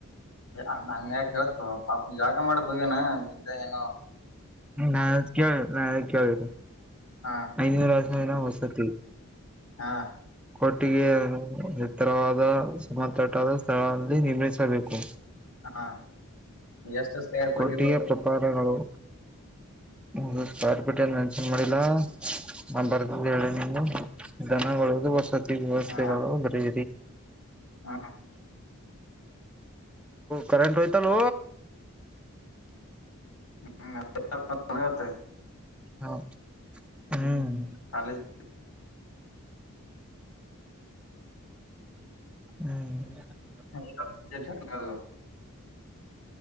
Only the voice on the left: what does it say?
ಅ ಹಂಗ್ಯಾಕ ಹೇಳ್ತು ಪಾಪ ಜಾಗ ಮಾಡಕ್ ಹ್ಯೇನಾ ಬಿದ್ದೆ ಏನು
ಹಾ
ಹಾ
ಹಾ ಎಷ್ಟು ಸ್ಕ್ವೇರ್ ಫೀಟ್
ಇರ್ಬೋದು
ಹಾ
ಹಾ
ಹ್ಮ್ <unintelligible>
ಕಾಲೇಜ್
ಹ